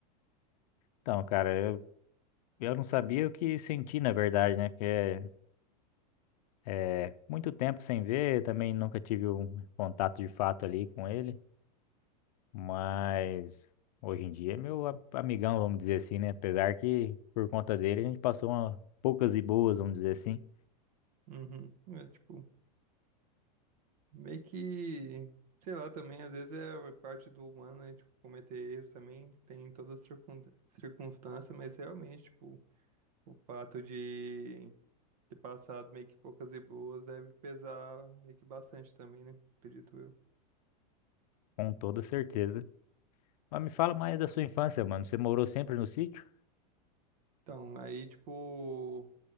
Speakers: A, on the left; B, on the right.
A: Então, cara, eu Eu não sabia o que senti, na verdade, né? Porque é é muito tempo sem ver, também nunca tive um contato de fato ali com ele, mas hoje em dia é meu a- amigão, vamos dizer assim, né? Apesar que por conta dele a gente passou uma- poucas e boas, vamos dizer assim,
B: Uhum. É tipo, meio que, sei lá, também às vezes é parte do humano, né? Tipo, cometer erros também tem em todas as circun... circunstâncias, mas realmente, tipo, o fato de ter passado meio que poucas e boas deve pesar meio que bastante também, né? Acredito eu.
A: com toda certeza. Mas me fala mais da sua infância, mano. Você morou sempre no sítio?
B: Então, aí, tipo,